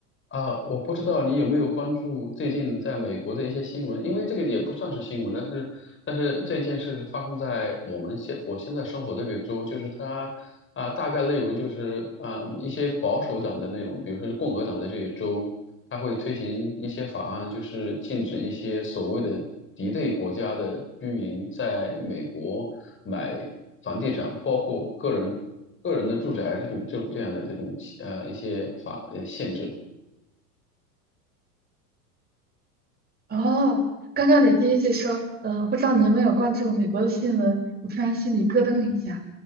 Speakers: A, on the left; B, on the right.
A: 啊，我不知道你有没有关注最近在美国的一些新闻，因为这个也不算是新闻，但是但是这件事发生在我们现我现在生活的这个州，就是它啊，大概内容就是啊一些保守党的那种，比如说共和党的这些州，它会推行一些法案，就是禁止一些所谓的敌对国家的居民在美国买房地产，包括个人个人的住宅这种这种这样的这种呃一些法呃限制。
B: 哦，刚刚你第一句说，呃，不知道你有没有关注美国的新闻，我突然心里咯噔一下，